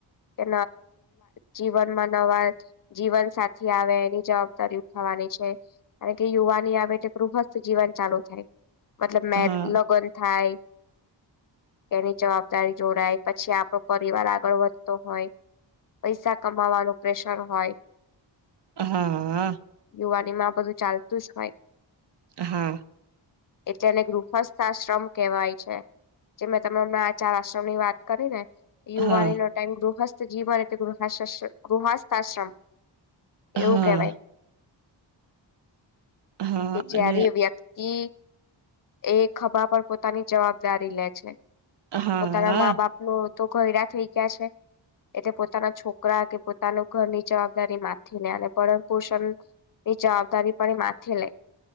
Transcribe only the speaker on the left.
કે જીવનમાં નવા જીવન સાથી આવે એની જવાબદારી ઉઠાવવા આવાની છે કાર કે યુવાની આવે તે ગૃહસ્થ જીવન ચાલુ થાય. મતલબ મે
લગ્ન થાય. એની જવાબદારી જોડાય પછી આપણો પરિવાર આગળ વધતો હોય પૈસા કમાવાનું પ્રેશર હોય
યુવાની માં આ બધું ચાલતું જ હોઈ
એટલે એને ગૃહસ્થાશ્રમ કેવાય છે જે તમે હમણા આચાર આશ્રમ ની વાત કરી ને યુવાની
નો ટાઈમ ગૃહસ્થ જીવન તે ગૃહ ગૃહસ્થાશ્રમ એવું
કેહેવાય
કે જ્યારે
વ્યક્તિ એ ખભા પર પોતાની જવાબદારી લે છે
પોતાના મા બાપ ન તો ઘયડા થઈ ગયા છે એટલે પોતાના છોકરા કે પોતાનું ઘરની જવાબદારી માથે આને અને પરણ પોષણ એ જવાબદારી પણ એ માથે લે